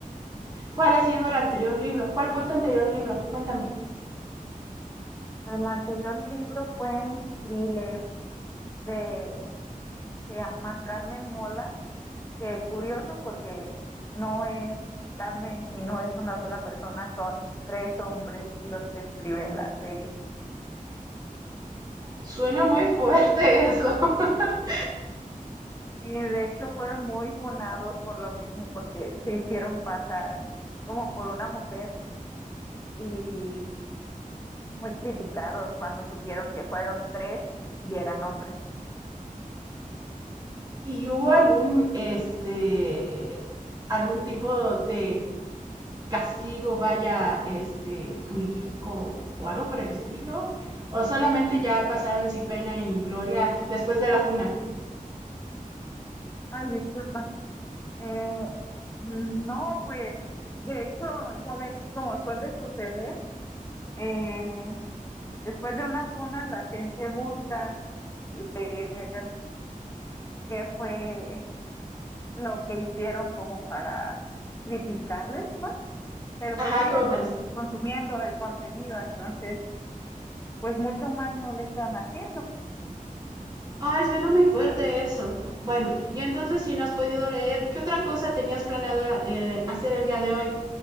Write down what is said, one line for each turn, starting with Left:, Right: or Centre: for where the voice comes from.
Right: ¿Cuál ha sido el anterior libro? ¿Cuál fue tu anterior libro? Cuéntame.
Left: El anterior libro fue un thriller de, se llama Carmen Mola que curioso porque no es Carmen y no es una sola persona, son tres hombres los que escriben la serie.
Right: Suena muy fuerte eso. <laughs>
Left: Y de hecho fueron muy funados por lo mismo, porque se hicieron pasar como por una mujer y muy criticados cuando supieron que fueron tres y, y eran hombres.
Right: ¿Y hubo algún, este, algún tipo de castigo, vaya, este, jurídico o algo por el estilo? ¿O solamente ya pasaron sin pena y ni gloria después de la funa?
Left: Ay, disculpa. Eh, no, pues de hecho, ya ves, como suele suceder, eh, después de una funa la gente busca leer qué fue lo que hicieron como para criticarles, ¿no? Pero
Right: Ajá,
Left: pues siguen
Right: como parece
Left: consumiendo el contenido, entonces pues mucho mal no le están haciendo.
Right: Ay, suena muy fuerte eso. Bueno, y entonces si no has podido leer, ¿qué otra cosa tenías planeado eh, hacer el día de hoy?